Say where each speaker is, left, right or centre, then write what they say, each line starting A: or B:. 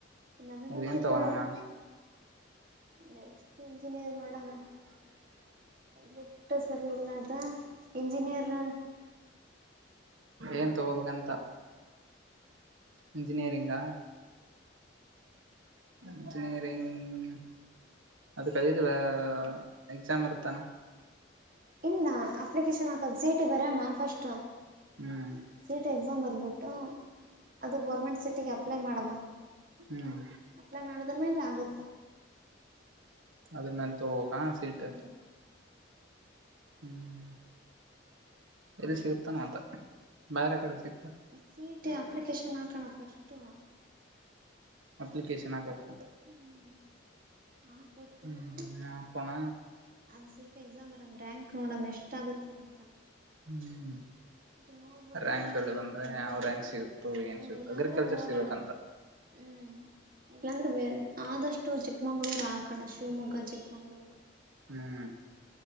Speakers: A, on the right (about 45°); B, on the right (about 80°).
A: ನನಗ ಅನ್ಸುತ್ತ
B: ಏನ್ ತಗೋಣಮ್ಮ
A: <unintelligible> ನೆಕ್ಸ್ಟ್ ಇಂಜಿನಿಯರ್ ಮಾಡಮ್ಮ ಲಿಫ್ಟ್ ಸರಿ ಇಲ್ಲದ ಇಂಜಿನಿಯರ್
B: ಏನ್ ತಗೋಬೇಕಂತ. ಇಂಜಿನಿಯರಿಂಗಾ? Engineering ಅದಕ್ಕೆದ exam ಇರುತಾನೆ.
A: ಇಲ್ಲ ಅಪ್ಲಿಕೇಶನ್ ಹಾಕದ ಸಿ ಟಿ ಬರಮ್ಮ ಫಸ್ಟ್
B: ಹ್ಮ್
A: ಸಿಟಿ ಎಕ್ಸಾಮ್ ಬರ್ಬಿಟ್ಟು ಅದು ಗೋರ್ಮೆಂಟ್ ಸಿಟಿಗೆ ಅಪ್ಲೈ ಮಾಡಮ್ಮ.
B: ಹ್ಮ್
A: ಅಲ <unintelligible> ಮಾಡ ದರಮ್ಯಾನ್ ರಾಗ
B: ಅದನ್ನನ್ <unintelligible> ತಗೋಕ್ಕಾ ಸೀಟ್
A: ಹ್ಮ್
B: ಹ್ಮ್ ಇಲ್ಲಿ ಸಿಗತಾನ ಅತ ಬರೆ ಕಡೆ ಸಿಗ್ತ
A: ಸಿ ಟಿ ಅಪ್ಲಿಕೇಶನ್ ಹಾಕೋಣ ಫಸ್ಟು
B: ಅಪ್ಲಿಕೇಶನಕ <unintelligible>
A: ಹ್ಮ್ ಆಬಟ್ಟ
B: ಹ್ಮ್ ಹಾಕೋಣ
A: <inaudible> ಅಂದ್ ಸಿಟಿ ಎಕ್ಸಾಮ್ ಅರಮ್ ರ್ಯಾಂಕ್ ನೋಡಮ್ಮ ಎಷ್ಟ ಆಗುತ್ತೆ ಅಂತ
B: ಹ್ಮ್
A: ಅದು ನೋಡ್ಬಿಟ್ಟು
B: ರ್ಯಂಕ್ ಅಲ್ಲಿ ಬಂದ್ರೆ ಯಾವ್ ರ್ಯಾಂಕ್ ಸಿಗುತ್ತೋ ಏನ್
A: ಹ್ಮ್
B: ಸಿಗುತ್ತ
A: ಇಲ್ಲಾಂದ್ರೆ
B: ಅಗ್ರಿಕಲ್ಚರ್
A: ನೋಡೋಣ
B: ಸಿಗಬೇಕಂತ <inaudible>
A: ಹ್ಮ್ ಇಲ್ಲಾಂದ್ರೆ ಆದಷ್ಟು ಚಿಕ್ಕಮಂಗ್ಳೂರು ಆಕಡೇ ಶಿವಮೊಗ್ಗ ಚಿಕ್ಕಮಂಗ್ಳೂರು
B: ಹ್ಮ್